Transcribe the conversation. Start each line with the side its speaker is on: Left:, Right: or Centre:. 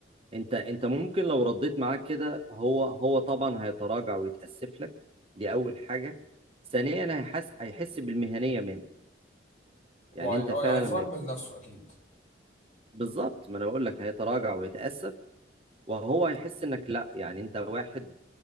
Right: انت انت ممكن لو رديت معاه كده هو هو طبعا هيتراجع ويتاسف لك دي اول حاجه ثانيا هيحس هيحس بالمهنيه منك
Left: وعي...
Right: يعني انت
Left: اه
Right: فعلا
Left: هيفرمل
Right: لما يكون-
Left: نفسه اكيد
Right: بالظبط ما انا بقول لك هيتراجع ويتاسف وهو هيحس انك لا يعني انت واحد